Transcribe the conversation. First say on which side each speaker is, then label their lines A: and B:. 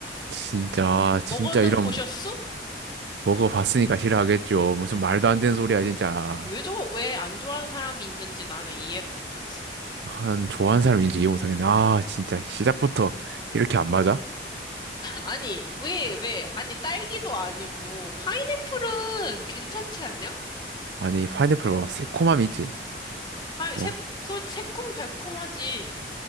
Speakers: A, on the right; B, on the left.
A: 진짜,
B: 먹어는
A: 진짜 이런
B: 보셨어?
A: 먹어봤으니까 싫어하겠죠. 무슨 말도 안 되는 소리야, 진짜.
B: 왜 저거 왜 안 좋아하는 사람이 있는지 나는 이해를 못하겠어.
A: 한 좋아하는 사람인지 이해 못하겠네. 아 진짜 시작부터 이렇게 안 맞아?
B: 아니, 왜, 왜? 아니, 딸기도 아니고 파인애플은 괜찮지 않냐?
A: 아니 파인애플 봐봐 새콤함이 있지.
B: 파
A: 어?
B: 새콤, 새콤달콤하지.